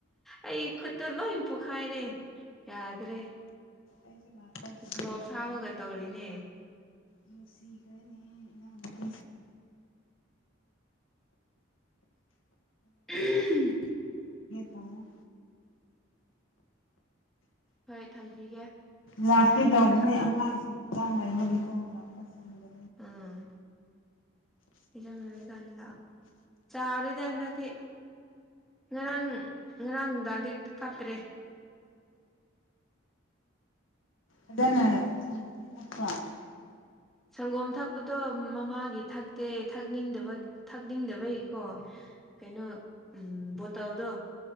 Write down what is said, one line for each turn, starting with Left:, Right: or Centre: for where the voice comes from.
Centre: ꯑꯩ ꯈꯨꯠꯇ ꯂꯣꯏ ꯄꯣꯛꯈꯥꯏꯔꯦ ꯌꯥꯗ꯭ꯔꯦ
Left: ꯑꯩꯁꯨ ꯂꯥꯛꯄ ꯐꯪꯗꯕꯒꯤꯅꯦ
Centre: ꯒ꯭ꯂꯣꯞꯁ ꯍꯥꯞꯕꯒ ꯇꯧꯔꯤꯅꯦ
Left: ꯅꯨꯡꯁꯤꯈ꯭ꯔꯦꯅꯦ ꯏꯅꯥꯎꯅꯨꯄꯤꯁꯦ
Centre: ꯎꯝ
Left: ꯑ
Centre: ꯍꯣꯏ ꯊꯝꯕꯤꯒꯦ
Left: ꯂꯥꯛꯀꯦ
Centre: ꯍꯣꯔꯦꯟ
Left: ꯇꯧꯕꯅꯦ
Centre: ꯏꯔꯨ
Left: ꯑꯉꯥꯡꯁꯤꯡꯥꯡ ꯇꯥꯏꯀꯂꯥꯛ ꯄꯁꯗ
Centre: ꯎꯝ ꯏꯖꯝ ꯂ ꯀ ꯂꯥꯛꯑꯣ ꯆꯥꯔꯤꯗ ꯍꯟꯗꯛꯇꯤ ꯉꯔꯥꯡ ꯉꯔꯥꯡ ꯅꯨꯡꯗꯥꯡꯗꯤ ꯀꯥꯞꯇ꯭ꯔꯦ
Left: ꯑꯗꯨꯗꯅ
Centre: ꯑꯗꯨ
Left: ꯋꯥꯟ
Centre: ꯁꯪꯒꯣꯝ ꯊꯛꯄꯗꯣ ꯃꯃꯥꯒꯤ ꯊꯛꯇꯦ ꯊꯛꯅꯤꯡꯗꯕ ꯊꯛꯅꯤꯡꯗꯕꯩꯀꯣ ꯀꯩꯅꯣ ꯕꯣꯇꯜꯗꯣ